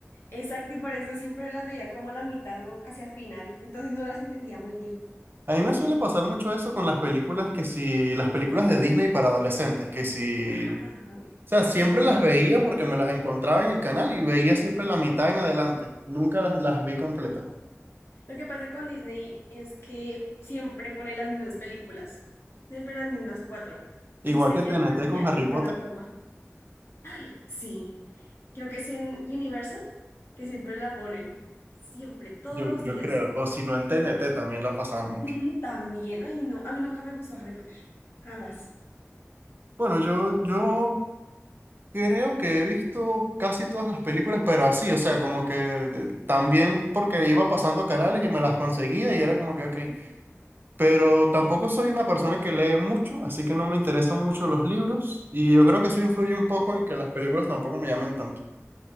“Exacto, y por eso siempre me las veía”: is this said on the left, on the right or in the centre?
Left